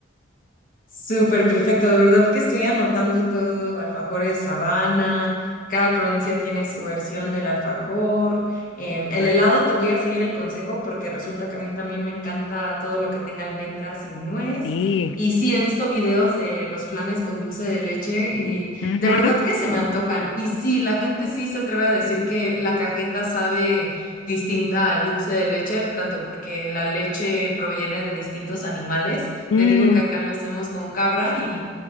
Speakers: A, on the left; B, on the left.
A: Súper perfecto, de verdad que estoy anotando todo, alfajores Habana, cada provincia tiene su versión del alfajor. em, el
B: Ah,
A: helado te voy a seguir el consejo porque resulta que a mí también me encanta todo lo que tenga almendras y nuez.
B: Sí.
A: Y sí, he visto videos de los flanes con dulce de leche y
B: Ujú.
A: de verdad que se me antojan. Y sí, la gente sí se atreve a decir que la cajeta sabe distinta al dulce de leche, tanto porque la leche proviene de distintos animales
B: Mm,
A: te digo que acá lo hacemos con cabra y